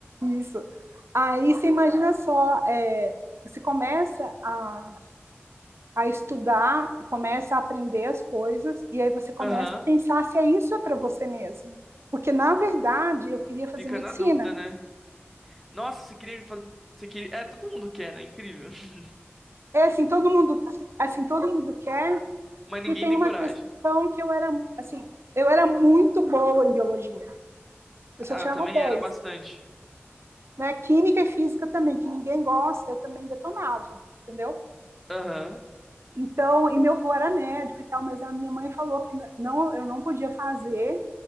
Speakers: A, on the right; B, in the centre.
A: isso. Aí você imagina só, é, você começa a, a estudar, começa a aprender as coisas, e aí você começa
B: Aham.
A: a pensar se é isso é para você mesmo. Porque, na verdade, eu queria fazer
B: Fica
A: medicina,
B: na dúvida, né? Nossa, você queria fazer. Você queria... É, todo mundo quer, né? Incrível. <laughs>
A: É assim, todo mundo, assim, todo mundo quer.
B: Mas ninguém
A: E tem
B: tem
A: uma
B: coragem.
A: questão que eu era, assim, eu era muito boa em biologia. Eu só
B: Ah,
A: tirava
B: eu também
A: 10,
B: era bastante.
A: né? Química e física também, que ninguém gosta, eu também detonava, entendeu?
B: Aham.
A: Então, e meu avô era médico e tal, mas a minha mãe falou que não, eu não podia fazer